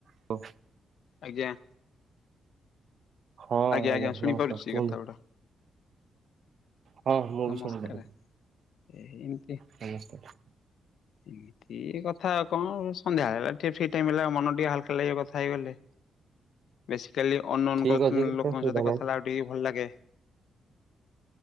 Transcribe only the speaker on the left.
ଆଜ୍ଞା।
ଆଜ୍ଞା ଆଜ୍ଞା ଶୁଣିପାରୁଛି
କଥା ଗୁଡା।
ନମସ୍କାରେ
ଏ ଏମ୍
ହୁଁ। ଏ କଥା ଆଉ କଣ ସନ୍ଧ୍ୟାବେଳ ହେଲା ଟିକେ ଫ୍ରି ଟାଇମ ହେଲା ମନ ଟିକେ ହାଲକା ଲାଗେ କଥା ହେଇଗଲେ। ବେସିକାଲି ଅନୋନ୍
ଙ୍କ
ଲୋକଙ୍କ
ସହିତ
କଥା ହେଲା ଆଉ ଟିକେ ଭଲ ଲାଗେ।